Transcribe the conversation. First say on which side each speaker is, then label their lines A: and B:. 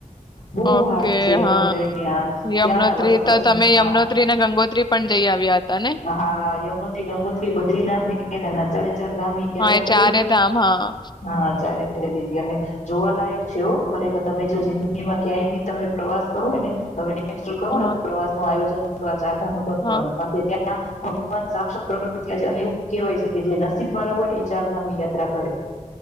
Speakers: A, on the left; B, on the left.
A: બહુ
B: ઓકે
A: હાર્ડ છે
B: હા
A: યમનોત્રીની આ
B: યમનોત્રી
A: ત્યાંના રસ્તા
B: તો
A: છે
B: તમે યમુનોત્રી
A: હા
B: ને ગંગોત્રી પણ જઈ આવ્યા હતા ને
A: હા યમુનોત્રી, ગંગોત્રી, બદ્રીનાથ ને ક ચારે ચાર ધામ યાત્રા
B: હા એ
A: કરી
B: ચારે ધામ હા
A: હા ચારે લીધી તી, અને જોવાલાયક છે ઓ ખરેખર તમે જો જિંદગીમાં ક્યાંય બી તમે પ્રવાસ કરવો હોય ને તો હવે
B: હા
A: <inaudible> પ્રવાસ નું આયોજન. તો આચાર ધ કરવાનું
B: હા
A: કારણ કે ત્યાં ભગવાન સાક્ષાત પ્રગટ થયા છે અને એવું કહેવાય છે કે જે નસીબ વાળા હોય ને એ ચારધામની યાત્રા કરે